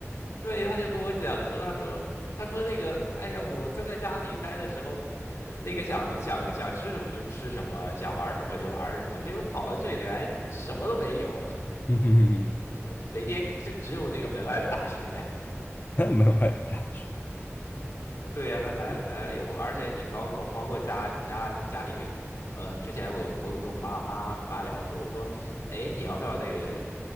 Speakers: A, on the left; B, on the left.
A: 对，他就跟我讲说，他说他说那个，哎呀，我在家里待的时候，呃那个想想想吃什么就吃什么，想玩什么就玩什么，结果跑到这里来什么都没有，
B: <laughs>
A: 每天就只有那个门外的大雪。
B: 门外大叔
A: 对呀、他来了来了以后，
B: 嗯
A: 而且你包括包括家家家里，呃，之前我有我有跟我妈妈妈聊说，我说，哎，你要不要这个